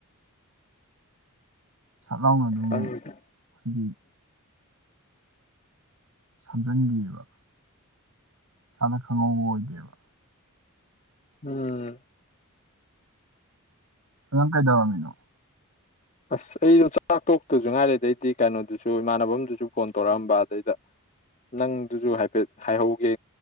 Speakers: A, on the right; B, on the left.
A: ꯁꯠ ꯂꯥꯎꯅ ꯑꯗꯨꯝ
B: ꯈꯪꯗꯦ
A: ꯍꯥꯏꯗꯤ ꯁꯝꯖꯤꯟꯒꯕ ꯏꯁꯥꯗ ꯈꯪꯍꯧꯕ ꯑꯣꯏꯗꯦꯕ
B: ꯎꯝ
A: ꯅ ꯅꯪ ꯀꯩꯗꯧꯔꯝꯃꯤꯅꯣ
B: ꯑꯁ ꯑꯩꯗꯣ ꯆꯥꯛ ꯇꯣꯛꯇꯁꯨ ꯉꯥꯏꯔꯦ ꯑꯗꯩꯗꯤ ꯀꯩꯅꯣꯗꯨꯁꯨ ꯏꯃꯥꯟꯅꯕꯗꯨꯁꯨ ꯐꯣꯟ ꯇꯧꯔꯛꯑꯝꯕ ꯑꯗꯩꯗ ꯅꯪꯗꯨꯁꯨ ꯍꯥꯏꯐꯦꯠ ꯍꯥꯏꯍꯧꯒꯦ